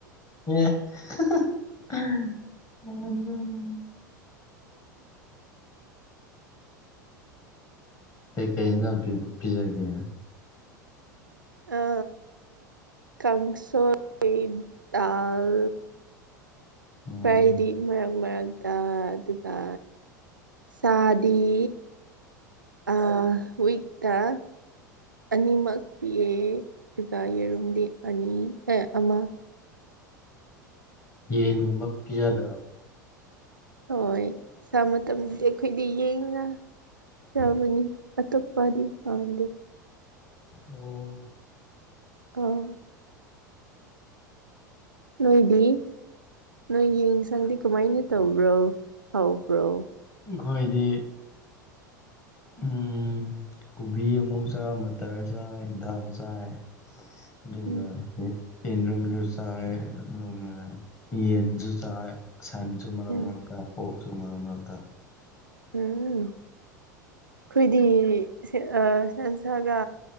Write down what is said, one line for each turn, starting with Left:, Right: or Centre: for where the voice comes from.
Left: ꯑ‌ꯦ ꯀꯩꯀꯩ ꯏꯟꯖꯥꯡ ꯄꯤ ꯄꯤꯖꯒꯦ
Right: ꯑ ꯀꯪꯁꯣꯏ ꯗꯥꯜ
Left: ꯎꯝ
Right: ꯐ꯭ꯔꯥꯏꯗꯤ ꯃꯔꯛ ꯃꯔꯛꯇ ꯑꯗꯨꯒ ꯆꯥꯗꯤ ꯑ ꯋꯤꯠꯇ ꯑꯅꯤꯃꯛ ꯄꯤꯑꯦ ꯑꯗꯨꯒ ꯌꯦꯔꯨꯝꯗꯤ ꯑꯅꯤ ꯑꯦ ꯑꯃ
Left: ꯌꯦꯟꯒꯨꯝꯕ ꯄꯤꯖꯗꯕ
Right: ꯍꯣꯏ ꯏꯁꯥ ꯃꯇꯝꯗꯤ ꯑꯩꯈꯣꯏꯗꯤ ꯌꯦꯡꯉ ꯆꯥꯕꯅꯤ ꯑꯇꯣꯞ ꯄꯗꯤ ꯄꯗ
Left: ꯑꯣ
Right: ꯑ ꯅꯣꯏꯗꯤ ꯅꯣꯏꯒꯤ ꯏꯟꯁꯥꯡꯗꯤ ꯀꯃꯥꯏꯅ ꯇꯧꯕ꯭ꯔꯣ ꯍꯥꯎꯕ꯭ꯔꯣ
Left: ꯑꯩꯈꯣꯏꯗꯤ ꯎꯝ ꯀꯣꯕꯤ ꯑꯃꯨꯛ ꯆꯥꯏ ꯃꯇꯔ ꯆꯥꯏ ꯗꯥꯜ ꯆꯥꯏ ꯑꯗꯨꯒ
Right: ꯎꯝ
Left: ꯌꯦꯟꯗꯨꯝꯁꯨ ꯆꯥꯏ ꯑꯗꯨꯒ ꯌꯦꯟꯁꯨ ꯆꯥꯏ ꯁꯟꯁꯨ ꯃꯔꯛ
Right: ꯎꯝ
Left: ꯃꯔꯛꯇ ꯑꯣꯛꯁꯨ ꯃꯔꯛ ꯃꯥꯔꯛꯇꯥ
Right: ꯎꯝ ꯑꯩꯈꯣꯏꯗꯤ ꯑ ꯁꯟꯁꯒ